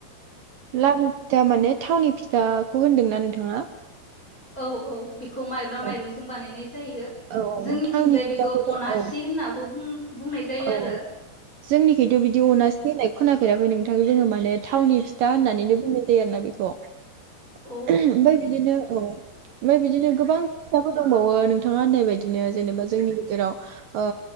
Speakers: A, on the right; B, on the left.
A: लालिु फिथा माने थावनि फिथाखौ होनदोंना नोंथाङा?
B: औ औ। खौ माइब्रा
A: औ
B: माइरंजों बानायनाय जायो
A: औ
B: जोंनिथिंजाय
A: औ थावनि फिथाखौथ'
B: बेखौ अनासि
A: औ
B: होननाबो बुं बुंनाय जायो आरो
A: औ जोंनिखायथ' बिदि अनास होन्नाय खोनाफेराखै नोंथां जोङो माने थावनि फिथा होननानैनो बुंनाय आरोना बेखौ ओमफफ्राय
B: अ
A: बिदिनो औ ओमफ्राय बिदिनो गोबां <unintelligible> दंबावो नों <unintelligible> बिदिनो जेनेबा जोंनि गेजेराव ओ